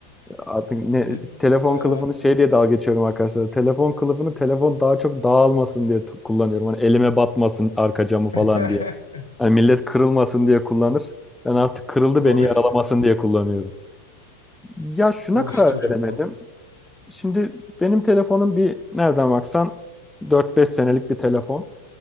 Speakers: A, in the centre; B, on the left.
A: Artık ne
B: <laughs>
A: telefon
B: Ee,
A: kılıfını şey diye dalga geçiyorum arkadaşlar. Telefon kılıfını telefon daha çok dağılmasın diye t- kullanıyorum. Hani elime batmasın arka camı falan
B: <laughs>
A: diye. Hani millet kırılmasın diye kullanır. Ben artık kırıldı
B: zor
A: beni
B: iş
A: yaralamasın
B: ya.
A: diye kullanıyorum. Ya şuna
B: Zor
A: karar
B: iş çocuk
A: veremedim.
B: valla.
A: Şimdi benim telefonum bir nereden baksan 4-5 senelik bir telefon.